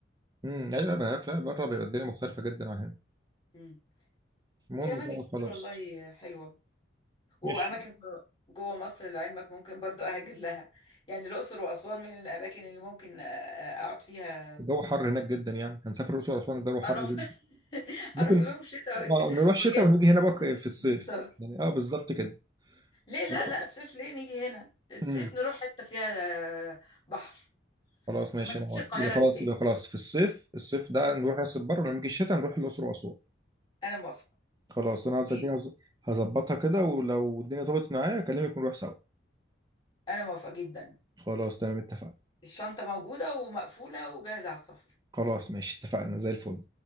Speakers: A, on the right (about 20°); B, on the left (about 25°).
A: امم لا لا لا بره بيبقى الدنيا مختلفه جدا عن هنا
B: مم.
A: المهم
B: في اماكن
A: بقى
B: كتير
A: خلاص
B: والله حلوة واماكن
A: ماشي
B: جو- جوه مصر لعلمك ممكن برضو اهاجر لها يعني الاقصر واسوان من الاماكن اللي ممكن آه، آه، اقعد فيها
A: الجو حر هناك جدا يعني هنسافر الاقصر واسوان الجو حر
B: اروح
A: جدا
B: <laughs>
A: ممكن
B: اروح لهم شتاء
A: آه، نروح شتاء
B: وجاء
A: ونيجي هنا بقى في الصيف
B: بالظبط
A: يعني اه بالظبط كده
B: ليه لا
A: خلاص
B: لا الصيف ليه نيجي هنا الصيف
A: امم
B: نروح حتة فيها آه، بحر
A: خلاص ماشي
B: ما نجيش
A: انا موافق
B: القاهرة
A: يبقى خلاص
B: دي تاني
A: يبقى خلاص في الصيف الصيف ده نروح راس البر ولما نيجي الشتاء نروح الاقصر واسوان
B: انا موافقة
A: خلاص انا
B: دي
A: هظبط- هظ- هظبطها كده ولو الدنيا ظبطت معايا اكلمك ونروح سوا
B: انا موافقة جدا
A: خلاص تمام اتفقنا
B: الشنطة موجودة ومقفولة وجاهزة على السفر
A: خلاص ماشي اتفقنا زي الفل